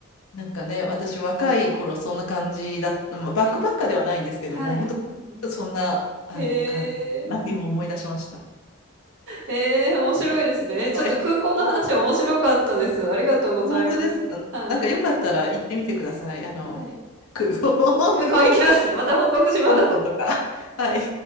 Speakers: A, on the left (about 80°); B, on the right (about 55°).
A: なんかね、私若い頃そんな感じだまあ、
B: えー
A: バックバッカーではないんですけども、
B: はい。
A: 本
B: うんうん。
A: 当そんなあの感じだなって今思い出しました。
B: へえ。えー、面白いですね。えーちょっと空港の話面白かったです。
A: はい。ほ
B: ありがとうございます。
A: 本当ですか。
B: はい。
A: なんかよかったら行ってみてください。あの、
B: はい。
A: 空港
B: 空港行きますね。
A: の香
B: また報告します。
A: 港 <laughs> とか。はい。